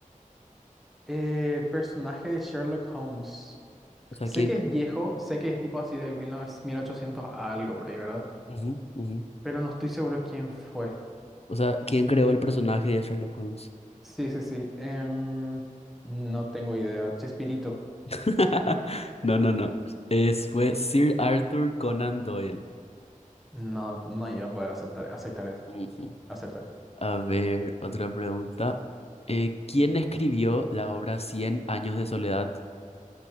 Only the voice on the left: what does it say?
O sea,
¿quién?
Ujú, ujú.
O sea, ¿quién creó el personaje de Sherlock Holmes?
<laughs> No, no, no. Es, fue Sir Arthur Conan Doyle.
Ujú.
A ver, otra pregunta. Eh, ¿quién escribió la obra Cien años de soledad?